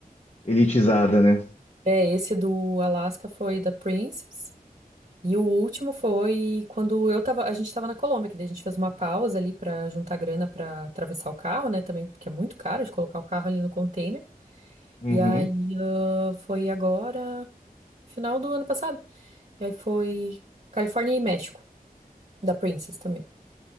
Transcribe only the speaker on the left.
elitizada, né?
Uhum.